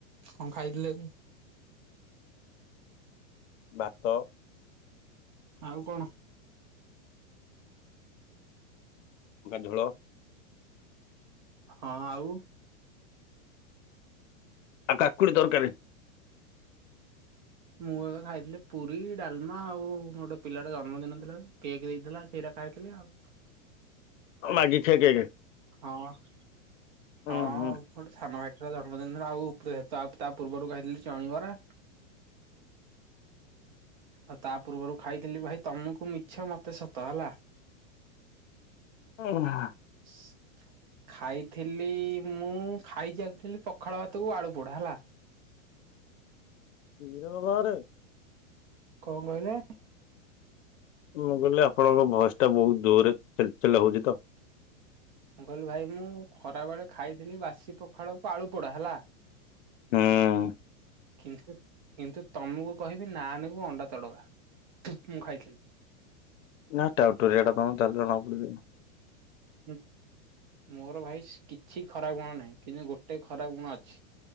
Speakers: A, on the right (about 40°); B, on the left (about 80°).
A: କ'ଣ ଖାଇଥିଲେ?
B: ଭାତ।
A: ଆଉ କଣ?
B: ଝୋଳ।
A: ହଁ! ଆଉ
B: <inaudible>
A: ମୁଁ ଖାଇଥିଲି ପୁରୀ, ଡାଲ୍‌ମା। ଆଉ ଗୋଟେ ପିଲା ଜନ୍ମଦିନ ଥିଲା, ଯେ କେକ୍ ଦେଇଥିଲା ସେଇ ଖାଇଥିଲି ଆଉ।
B: <inaudible>
A: <inaudible>
B: ଉଁ
A: ଜନ୍ମଦିନ,
B: ହୁଁ।
A: ଆଉ ତା' ପୂର୍ବରୁ ଖାଇଥିଲି ଚଣିବରା। ଆଉ ତା' ପୂର୍ବରୁ ଖାଇଥିଲି, ଭାଇ ତମୁକୁ ମିଛ ମତେ ସତ ଲା।
B: <inaudible>
A: <unintelligible> ଖାଇଥିଲି ମୁଁ, ଖାଇଚି ଆକ୍ଚୋଲି ପଖାଳ ଭାତକୁ ଆଳୁ ପୋଡ଼ା ହେଲା।
B: <inaudible>
A: ଙ୍କ କହିଲେ?
B: ମୁଁ କହିଲି, ଆପଣଙ୍କ ଭଏସ୍‌ ଟା ବହୁତ୍ ଜୋରେ ଚେଲ୍ ଚେଲ୍ ହଉଚି ତ।
A: କହି ଭାଇ, ମୁଁ ଖରା ବେଳେ ଖାଇଥିଲି, ବାସି ପଖାଳକୁ ଆଳୁ ପୋଡ଼ା ହେଲା।
B: <inaudible>
A: କିନ୍ତୁ ତମୁକୁ କହିବି, ନାନେ କୁ ଅଣ୍ଡା ତଡ଼କା ମୁଁ ଖାଇଥିଲି।
B: ନା, ଟାଉଟୁରିଆ ଟା ତମେ ତା'ହେଲେ ଜଣା ପଡୁ
A: ହଁ ମୋର ଭାଇ କିଛି ଖରାପ୍ ଗୁଣ ନାହିଁ, କିନ୍ତୁ ଗୋଟେ ଖରାପ୍ ଗୁଣ ଅଛି।